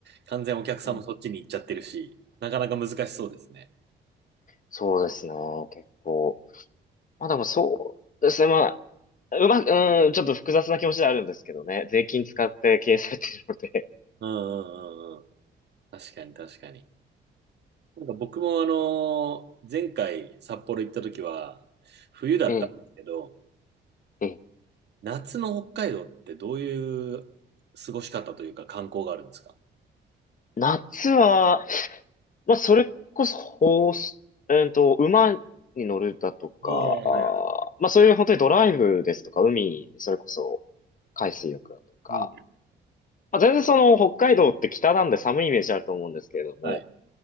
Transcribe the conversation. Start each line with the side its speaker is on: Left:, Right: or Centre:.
Right: 完全お客さんもそっちに行っちゃってるし、
Left: うん
Right: なかなか難しそうですね。
Left: そうですね、結構。まあでもそうですね、まあ、うまく、うん、ちょっと複雑な気持ちではあるんですけどね。税金使って経営されているので。
Right: うんうんうんうん。確かに確かに。なんか僕もあのー前回札幌行った時は、冬だったんですけど、
Left: <laughs> ええ、ええ。
Right: 夏の北海道ってどういう過ごし方というか観光があるんですか
Left: 夏は、まあそれこそ、ホース、えっと、馬に乗るだとか、
Right: ああ、はいはいはい。
Left: あーまあそういう本当にドライブですとか、海、それこそ、海水浴だとか。
Right: うん。
Left: まあ全然その、北海道って北なんで寒いイメージあると思うんですけれども、
Right: はい。